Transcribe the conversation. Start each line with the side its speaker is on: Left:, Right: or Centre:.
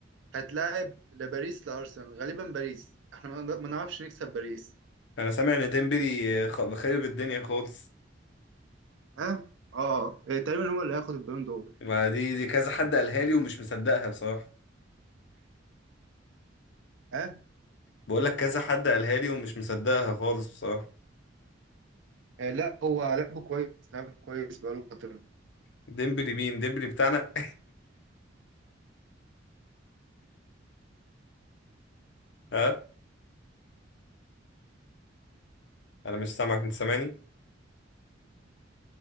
Right: هتلاعب لباريس لارسنال غالبا باريس احنا ما ما نعرفش نكسب باريس
Left: انا سامع ان ديمبلي آه، خ- خارب الدنيا خالص
Right: اه اه إيه، تقريبا هو اللي هياخد البالون دور
Left: ما دي دي كذا حد قالها لي ومش مصدقها بصراحة
Right: اه
Left: بقول لك كذا حد قالها لي ومش مصدقها خالص بصراحة
Right: إيه، لا هو لعبه كويس لعبه كويس بقاله فترة
Left: ديمبلي مين ديمبلي بتاعنا <laughs> ها انا مش سامعك انت سامعني